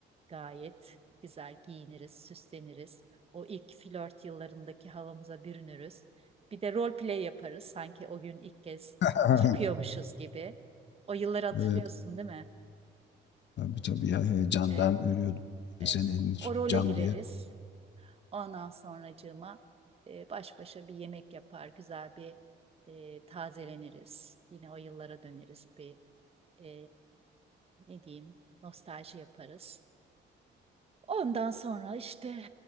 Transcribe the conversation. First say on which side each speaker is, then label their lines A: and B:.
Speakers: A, on the right; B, on the left.
A: gayet güzel giyiniriz, süsleniriz. O ilk flört yıllarındaki havamıza bürünürüz. Bir de role play yaparız. Sanki o gün ilk kez
B: <laughs>
A: çıkıyormuşuz gibi. O yılları hatırlıyorsun
B: Evet.
A: değil mi?
B: Tabii tabii ya heyecandan
A: Ee,
B: ölüyordum.
A: e,
B: Seni elini tutacağım
A: o role gireriz.
B: diye.
A: Ondan sonracığıma e, baş başa bir yemek yapar, güzel bir e, tazeleniriz. Yine o yıllara döneriz bir e, ne diyeyim nostalji yaparız. Ondan sonra işte